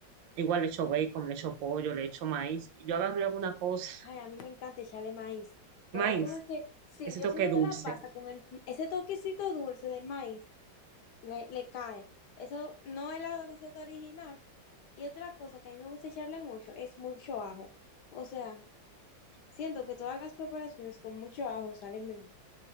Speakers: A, on the right; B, on the left.
A: igual le echo bacon, le echo pollo, le echo maíz. Yo agarro y hago una cosa,
B: Ay,
A: <laughs>
B: a mí me encanta echarle maíz,
A: maíz,
B: porque como que, sí,
A: ese
B: yo
A: toque
B: siento
A: dulce.
B: que la pasta con el, ese toquecito dulce del maíz le, le cae. Eso no es la receta original. Y otra cosa que a mí me gusta echarle mucho es mucho ajo. O sea, siento que todas las preparaciones con mucho ajo salen mejor.